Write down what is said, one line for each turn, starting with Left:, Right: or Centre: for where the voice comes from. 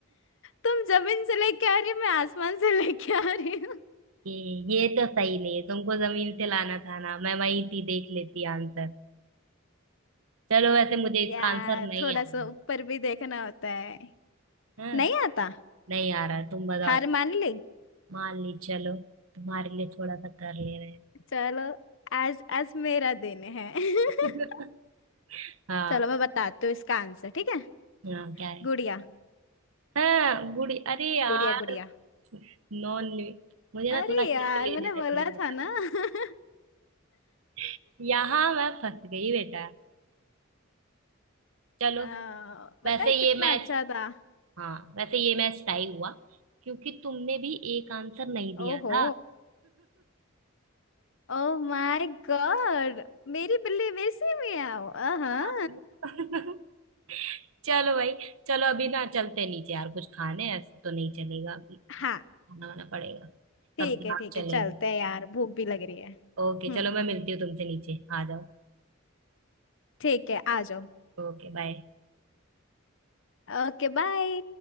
Left: तुम जमीन से लेके आ रही हो मैं आसमान से लेके आ रही हूँ
Right: ये ये तो सही नहीं है तुमको जमीन से लाना था ना मैं वही थी देख लेती आंसर चलो वैसे मुझे
Left: यार
Right: इसका आंसर नहीं
Left: थोड़ा
Right: आ रहा
Left: सा ऊपर भी देखना होता है
Right: है
Left: नहीं आता
Right: नहीं आ रहा तुम बताओ
Left: हार मान ली
Right: मान ली चलो तुम्हारे लिए थोड़ा सा कर ले रहे
Left: चलो आज आज मेरा दिन है <laughs>
Right: हैं <laughs> हाँ
Left: चलो मैं बताती हूँ इसका आंसर ठीक है
Right: हाँ क्या है
Left: गुड़िया
Right: हाँ गुड़ी अरे यार
Left: गुड़िया गुड़िया
Right: नॉन लिमिट मुझे ना
Left: अरे
Right: थोड़ा
Left: यार
Right: हिंट ले
Left: मैंने
Right: लेना
Left: बोला
Right: चाहिए था
Left: था ना <laughs>
Right: <laughs> यहाँ मैं फंस गई बेटा चलो
Left: आ, पता
Right: वैसे
Left: है
Right: ये
Left: कितना
Right: मैच
Left: अच्छा था
Right: हाँ वैसे ये मैच टाई हुआ क्योंकि तुमने भी एक आंसर नहीं दिया
Left: ओहो
Right: था
Left: Oh my god मेरी बिल्ली मेरे से में आओ हाँ
Right: हाँ। <laughs> चलो भाई चलो अभी ना चलते हैं नीचे यार कुछ खाने हैं, ऐसे तो नहीं चलेगा अभी खाना
Left: <laughs> हाँ
Right: वाना पड़ेगा
Left: ठीक
Right: तब दिमाग
Left: है ठीक
Right: चलेगा
Left: है चलते हैं यार भूख भी लग रही है
Right: ओके
Left: हम्म
Right: चलो मैं मिलती हूँ तुमसे नीचे आ जाओ
Left: ठीक है आ जाओ
Right: Okay bye
Left: Okay bye